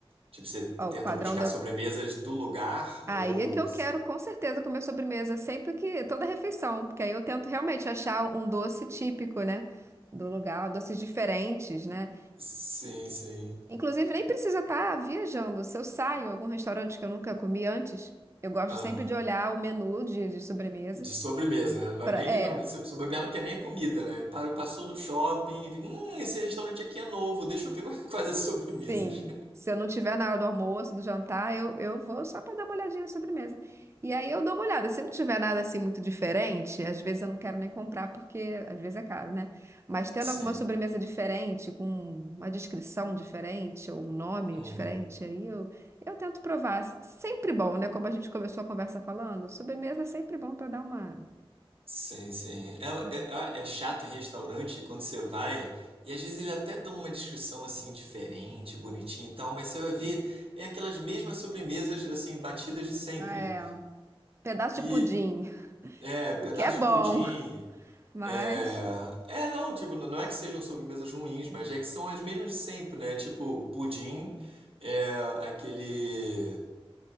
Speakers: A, on the right; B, on the right.
A: Tipo, você
B: Ó,
A: tenta
B: o padrão
A: buscar
B: deu.
A: sobremesas do lugar?
B: Aí
A: Ou.
B: é que eu quero, com certeza, comer sobremesa sempre que. Toda refeição. Porque aí eu tento realmente achar um doce típico, né? Do lugar, doces diferentes, né?
A: Sim, sim.
B: Inclusive, nem precisa estar viajando. Se eu saio em algum restaurante que eu nunca comi antes, eu gosto
A: Aham.
B: sempre de olhar o menu de, de sobremesas
A: De sobremesa, né? Vai
B: para,
A: nem,
B: é,
A: não, se, se bobear não quer nem a comida, né? Parou- Passou no shopping, hum, esse restaurante aqui é novo, deixa eu ver <laughs> quais as sobremesas.
B: Sim, se eu não tiver na hora do almoço, do jantar, eu, eu vou só para dar uma olhadinha na sobremesa. E aí eu dou uma olhada. Se não tiver nada assim muito diferente, às vezes eu não quero nem comprar, porque às vezes é caro, né? Mas tendo
A: Sim.
B: alguma sobremesa diferente, com uma descrição diferente, ou um nome
A: Uhum.
B: diferente, aí eu, eu tento provar. S- Sempre bom, né? Como a gente começou a conversa falando, sobremesa é sempre bom para dar uma,
A: Sim, sim. É,
B: uma-
A: é- é- é chato em restaurante quando você vai, e às vezes ele até dá uma descrição assim diferente, bonitinha e tal, mas você vai ver, é aquelas mesmas sobremesas assim, batidas de sempre.
B: é, um pedaço
A: E
B: de pudim, <laughs>
A: é, pedaço
B: o que é
A: de
B: bom,
A: pudim,
B: mas
A: É, é não, tipo, não é que sejam sobremesas ruins, mas é que são as mesmas de sempre, né? Tipo, pudim, é aquele,